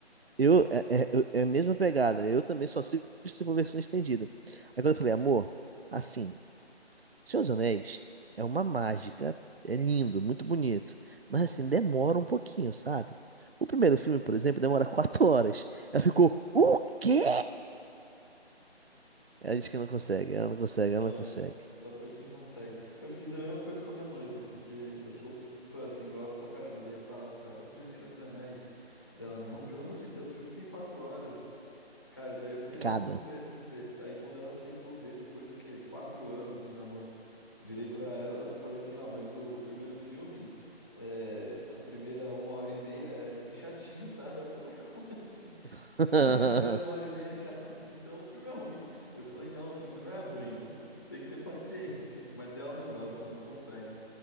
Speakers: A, on the right; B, on the left.
A: eu- é, é- eu- é a mesma pegada. Eu também só assisto se for versão estendida. Aí quando eu falei, amor, assim, Senhor dos Anéis é uma mágica, é lindo, muito bonito, mas assim, demora um pouquinho, sabe? O primeiro filme, por exemplo, demora <laughs> quatro horas. Ela ficou, o quê? Ela disse que não consegue, ela não consegue,
B: Não
A: ela não consegue.
B: é. É só pra quem consegue. Eu fiz a mesma coisa com a minha noiva, porque eu sou fã, assim, gosto pra caramba. Daí eu falava pra ela, vamos ver Senhor dos Anéis. Dela, não, pelo amor de Deus, o filme tem quatro horas. Cara, daí eu falei, não,
A: Cada.
B: vamos ver, vamos ver. Aí quando ela aceitou ver, depois de o quê? Quatro anos de namoro, virei pra ela, falei assim, ó, mas o, o primeiro filme, é, a primeira uma hora e meia é bem chatinho, tá? Daí Ela falou, mas como assim? <laughs>
A: <laughs>
B: O filme, a primeira uma hora e meia é chato, <laughs> então o filme é ruim. Eu falei, não, o filme não é ruim. Você tem que ter paciência. Mas dela não gosta, ela não consegue.